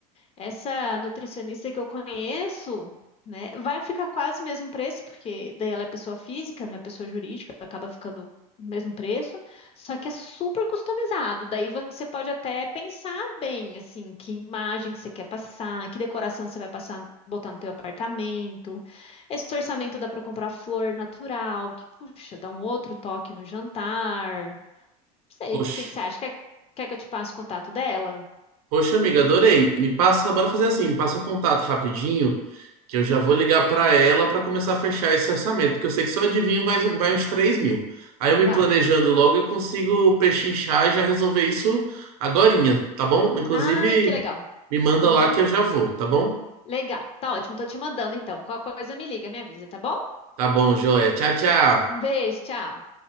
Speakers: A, on the left; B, on the right.
A: Essa nutricionista que eu conheço, né, vai ficar quase o mesmo preço, porque daí ela é pessoa física, não é pessoa jurídica, acaba ficando o mesmo preço, só que é super customizado. Daí você pode até pensar bem, assim, que imagem que você quer passar, que decoração você vai passar, botar no teu apartamento. Esse orçamento dá para comprar flor natural, que, puxa, dá um outro toque no jantar. Não sei,
B: Poxa,
A: o que que você acha? Quer, quer que eu te passe o contato dela?
B: poxa, amiga, adorei. Me passa, bora fazer assim, me passa o contato rapidinho, que eu já
A: Uhum,
B: vou ligar pra ela pra começar a fechar esse orçamento, porque eu sei que só adivinho vai, vai uns 3 mil. Aí eu me
A: vai.
B: planejando logo, eu consigo pechinchar e já resolver isso agorinha, tá bom? Inclusive,
A: Ai, que legal.
B: me manda
A: Uhum.
B: lá que eu já vou, tá bom?
A: Legal, tá ótimo. Tô te mandando então. Qualquer coisa me liga, me avisa, tá bom?
B: Tá bom, joia. Tchau, tchau.
A: Um beijo, tchau.